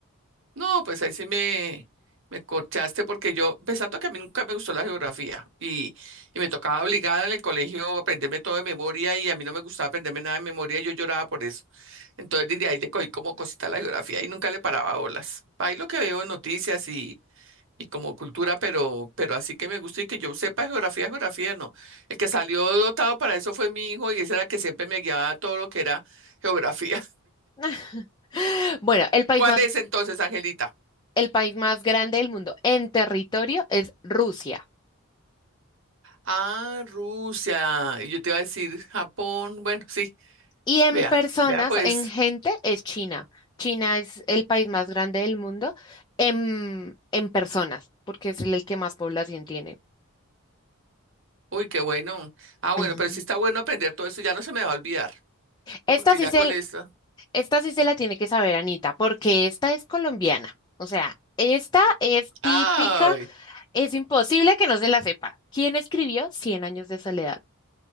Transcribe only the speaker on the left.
<laughs> Bueno,
el país
más
el país más grande del mundo en territorio es Rusia
y en
personas,
en gente es China. China es el país más grande del mundo en, en personas, porque es el que más población tiene.
Ujú.
Esta
sí
se,
esta sí se la tiene que saber, Anita, porque esta es colombiana. O sea, esta es típica,
es imposible que no se la sepa. ¿Quién escribió Cien años de soledad?